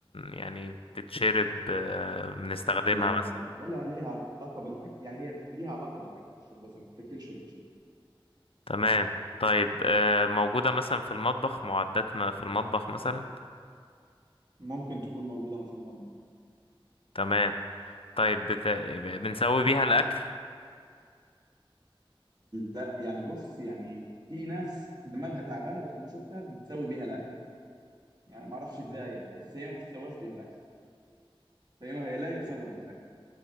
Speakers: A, on the left (about 75°); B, on the right (about 45°).
A: يعني بتتشرب آه، بنستخدمها
B: لا لا
A: مثلا
B: لا ولا ليها علاقه بالاكل يعني هي ليها علاقه بالاكل والشرب بس ما تتاكلش وتتشرب
A: تمام طيب آه، موجودة مثلا في المطبخ معدات ما في المطبخ مثلا
B: ممكن تكون موجوده في المطبخ
A: تمام طيب بت... بنسوي بيها الأكل
B: لا يعني بص يعني في ناس دماغها تعبانه بقى انا شفتها بتسوي بيها الاكل يعني ما اعرفش ازاي يعني بس هي ما بتسواش بيها الاكل فهي ما هي لا يسوى بيها الاكل